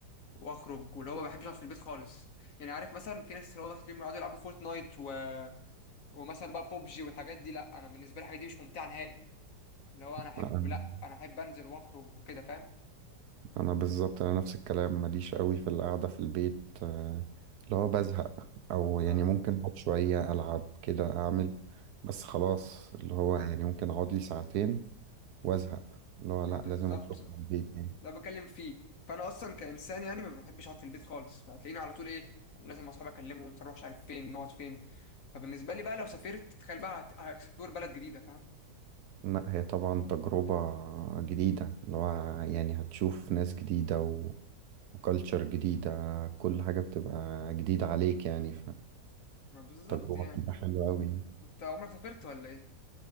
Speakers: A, on the left; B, on the right.
A: واخرج واللي هو ما بحبش اقعد في البيت خالص يعني عارف مثلا في ناس اللي هو بيقعدوا يلعبوا فورتنايت و... ومثلا بقى بوبجي والحاجات دي لا انا بالنسبه لي الحاجات دي مش ممتعه نهائي اللي هو انا احب
B: آه،
A: لا انا احب انزل واخرج وكده فاهم
B: انا بالظبط انا نفس الكلام ماليش قوي في القعده في البيت آه، اللي هو بزهق او
A: ما
B: يعني ممكن اقعد شويه العب كده اعمل بس خلاص اللي هو يعني ممكن اقعد لي ساعتين وازهق اللي هو لا
A: ما بالظبط
B: لازم اخرج من البيت يعني
A: ده بكلم فيه فانا اصلا كانسان يعني ما بحبش اقعد في البيت خالص فهتلاقيني على طول ايه لازم اصحابي اكلمهم تروح مش عارف فين نقعد فين فبالنسبه لي بقى لو سافرت تخيل بقى هت- هاكسبلور بلد جديده فاهم
B: لا هي طبعا تجربه جديده اللي هو يعني هتشوف ناس جديده و... وكالتشر جديده كل حاجه بتبقى جديده عليك يعني
A: ما بالظبط
B: فتجربه
A: يعني
B: بتبقى حلوه قوي
A: انت عمرك سافرت ولا